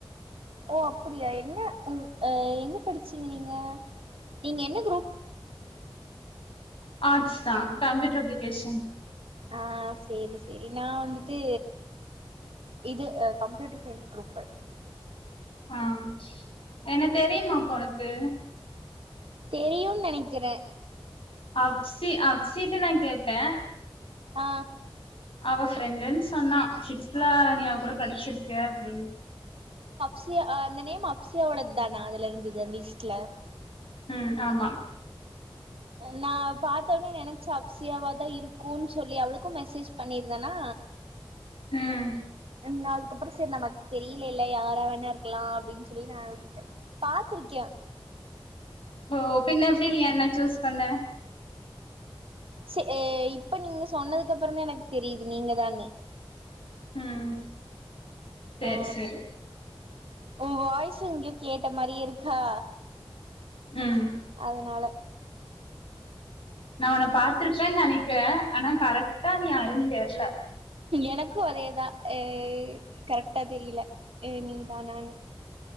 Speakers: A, on the right (about 75°); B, on the left (about 70°).
A: ஓ அப்டியா என்ன உ அ எங்க படிச்சீங்க நீங்க நீங்க என்ன க்ரூப்
B: ஆர்ட்ஸ் தா கம்ப்யூட்டர் அப்ளிகேஷன்
A: ஆ சேரி சேரி நா வந்துட்டு இது அ கம்ப்யூட்டர் சயின்ஸ் க்ரூப்பு
B: ஆஹ் என்ன தெரியுமா அப்ப ஒனக்கு
A: தெரியுன் நெனக்கிறே
B: அக்சி அக்சிப் ட நா கேட்ட
A: ஆ
B: அவ ஃப்ரெண்டுன் சொன்னா சிக்ஸ்த்துல நீ அவ கூட படிச்சிருக்க அப்டின்
A: சியா ஆ அந்த நேம் அக்சியாவோடது தானா அதுல இருந்துது அந்த லிஸ்ட்ல
B: ம் ஆமா
A: நா பாத்த ஒன்னே நெனச் ச அப்சியாவாதா இருக்குன் சொல்லி அவளுக்கு மெசேஜ் பண்ணிருந்தனா
B: ம்
A: நா அதுக்கப்றோ சேரி நமக் தெரியிலேல்ல யாரா வேணா இருக்லா அப்டின் சொல்லி நா விட்ட பாத்துருக்கே
B: ஓ பின்ன எப்டி நீ என்ன சூஸ் பண்ண
A: செ ஏ இப்ப நீங்க சொன்னதுக்கப்பறொந்தா எனக்கு தெரியுது நீங்க தான்னு
B: ம் சேரி
A: ஆ
B: சேரி
A: உ வாய்ஸ் ஸு எங்யோ கேட்ட மாரியே இருக் ஹா
B: ம்
A: அதனால
B: நான் உன்ன பாத்ருப்பன் நெனக்கிற ஆனா கரெக்ட்டா நீ யாருன் தெர்ல
A: எனக்கு அதேதா ஹ கரெக்டா தெரில நீதானானு